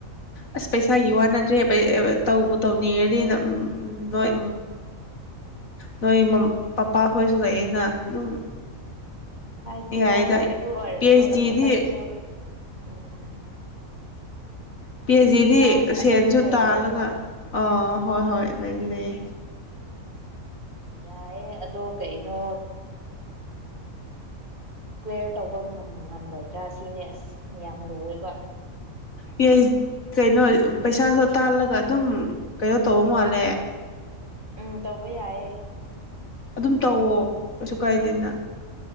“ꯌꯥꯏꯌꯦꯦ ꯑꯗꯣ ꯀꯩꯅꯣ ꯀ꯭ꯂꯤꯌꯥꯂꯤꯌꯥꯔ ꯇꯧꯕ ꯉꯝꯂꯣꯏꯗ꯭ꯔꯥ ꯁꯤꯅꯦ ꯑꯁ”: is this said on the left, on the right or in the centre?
Right